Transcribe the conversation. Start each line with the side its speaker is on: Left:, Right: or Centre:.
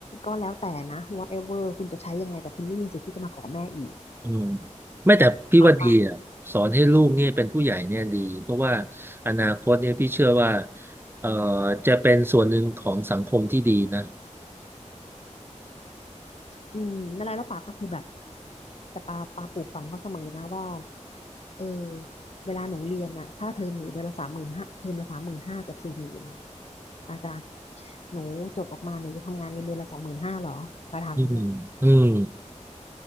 Left: ก็แล้วแต่นะ whatever คุณจะใช้ยังไงแต่คุณไม่มีสิทธิ์ที่จะมาขอแม่อีก
Right: อืมไม่แต่พี่ว่าดีอ่ะสอนให้ลูกเนี่ยเป็นผู้ใหญ่เนี่ยดีเพราะว่า
Left: ป๊าป๊า
Right: อนาคตเนี่ยพี่เชื่อว่าเอ่อจะเป็นส่วนหนึ่งของสังคมที่ดีนะ
Left: อืมนั่นแหละแล้วป๊าก็คือแบบแต่ป๊าป๊าปลูกฝังเขาเสมอนะว่า เออเวลาหนูเรียนน่ะค่าเทอมหนูเดือนละสามหมื่นห้าเทอมละสามหมื่นห้ากับสี่หมื่นอาจารย์หนูจบออกมาหนูจะทำงานเงินเดือนละสองหมื่นห้าหรอมาถามอย่างเนี้ย
Right: อืมอืม